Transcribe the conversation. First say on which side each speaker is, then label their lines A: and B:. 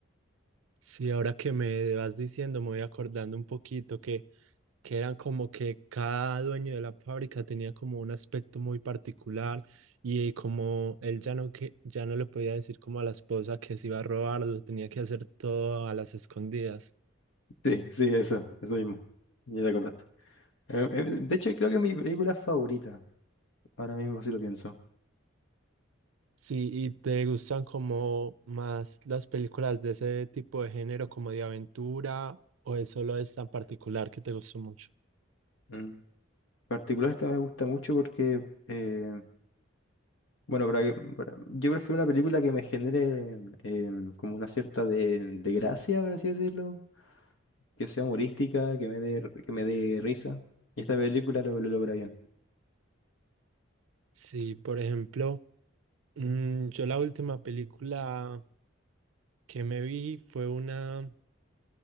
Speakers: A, on the right; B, on the left.
A: Sí, ahora que me vas diciendo, me voy acordando un poquito que, que eran como que cada dueño de la fábrica tenía como un aspecto muy particular y como él ya no, que, ya no le podía decir como a la esposa que se iba a robar, lo tenía que hacer todo a las escondidas.
B: Sí, sí, eso, eso mismo. Ya te acordaste. Eh, eh, de hecho, creo que es mi película favorita, ahora mismo si lo pienso.
A: Sí, ¿y te gustan como más las películas de ese tipo de género, como de aventura, o es solo esta en particular que te gustó mucho?
B: En particular esta me gusta mucho porque eh, Bueno, para que, para- yo prefiero una película que me genere em, como una cierta de, de gracia, por así decirlo, que sea humorística, que me dé, r- que me dé risa. Y esta película lo, lo logra bien.
A: Sí, por ejemplo, mm, yo la última película que me vi fue una